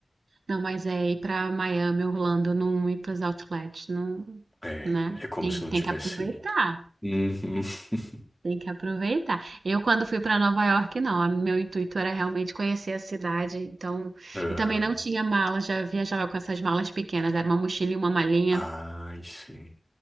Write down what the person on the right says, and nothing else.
Não, mas é ir pra Miami, Orlando, não ir pros outlets, não,
né?
Tem,
tem
que aproveitar.
Tem que aproveitar. Eu, quando fui pra Nova York, não. a- Meu intuito era realmente conhecer a cidade. Então,
e também não tinha mala, já viajava com essas malas pequenas. Era uma mochila e uma malinha.